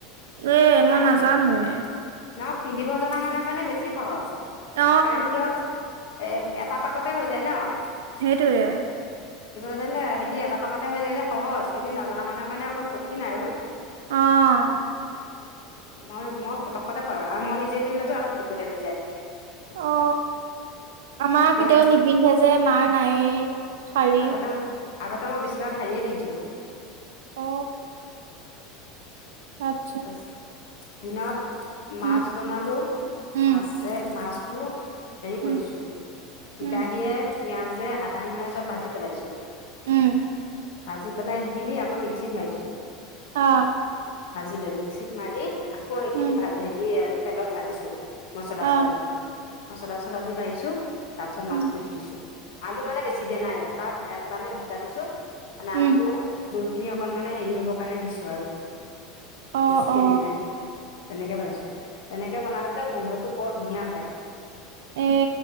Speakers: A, on the right (about 80°); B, on the left (about 70°).
A: এ মই
B: হয় নহয়
A: নাজানোৱে
B: নহ- পিন্ধিব জনা মানুহৰ কাৰণে বেছি সহজ ।
A: অ
B: কাৰণ কিয়? এ এটা পাকতে হৈ যায় ন।
A: সেইটোৱে
B: হয় ন হেতি এটা পাকতে হৈ যায় যে সহজ কিন্তু নজনা মানুহে। কঠিন আৰু
A: অহ
B: মই মই পতক্কতে পাৰো আৰু মই নিজে পিন্ধিলেতো আৰু পুটুকতে হৈ যায়
A: অ আমাৰ
B: এতিয়া
A: কেতিয়াও নিপিন্ধে যে মাৰ নাইয়ে শাৰি
B: আগতে আগতে মই বেছিভাগ শাৰীয়েই পিন্ধিছিলোঁ
A: অ তাত
B: তচ দিনত মাছ
A: উম
B: বনালো
A: উম
B: মাছে মাছ তো হেৰি
A: উম
B: কৰিছো বিলাহীয়ে
A: উম
B: পিয়াঁজে আদা নহৰু চব ভাজি পেলাইছো
A: উম
B: ভাজি পেলাই সেইখিনি আকৌ মিক্সিত মাৰিছো
A: অ
B: ভাজি লৈ মিক্সিত মাৰি আকৌ সেইখিনি
A: উম
B: ভাজ হেৰি তেলত ভাজিছো মছলা
A: অ
B: চছলা দি। মছলা চছলা দি ভাজিছো তাৰ পিছত
A: উম
B: মাছটো দি দিছো। আলু মানে বেছি দিয়া নাই এটা এটা নে দুটা দিছো। মানে
A: উম
B: আলুটো জোল খিনি অকণমানে হেৰি হ'বৰ কাৰণে দিছো আৰু,
A: অ
B: বেছিকে
A: অ
B: দিয়া নাই তেনেকে বানাইছো তেনেকে বনালে যে গোন্ধটো বৰ ধুনীয়া ওলাই।
A: এ